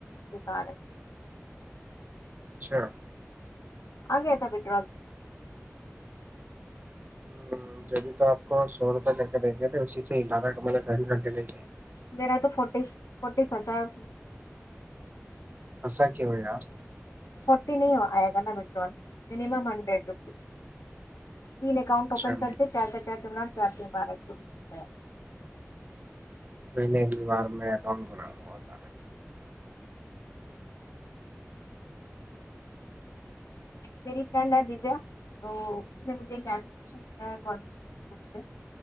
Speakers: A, on the left; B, on the right.
A: بیکار ہے
B: اچھا
A: آ گیا تھا ودڈراول
B: ہمم جبھی تو آپ کو سو روپے چل کے دیں گے تھے اسی سے ہالٹ ہمے کر کے دیں گے
A: میر تو فورٹی فو فسا ہے اس میں
B: پھنسا کیوں ہے یار
A: فورٹی نہیں آئے گا نا ودڈراول منیمم ففٹی روپیز تین اکاؤنٹ
B: اچھا
A: اوپن کرتے چار کا چار نمبر چار کے بارہ سو بیس روپیہ
B: میں نے بار میں ر با
A: میری فرینڈ ہے دویا تو اس نے مجھے ایک اپلیکیشن ہے گٹ